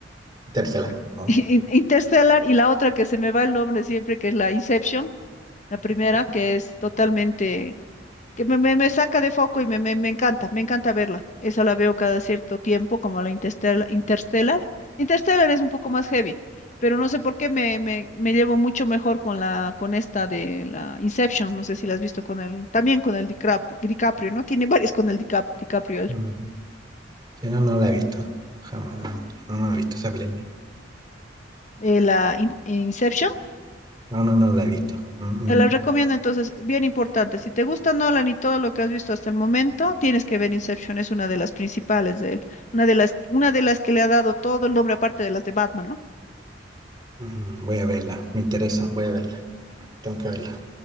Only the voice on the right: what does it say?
Interstellar.
¿no?
Sí.
Mm, sí, no, no la he visto. Jamás. No, no he visto esa película.
No, no, no la he visto. Mm,
mm,
mm, voy a verla. Me interesa. Voy a verla. Tengo que verla.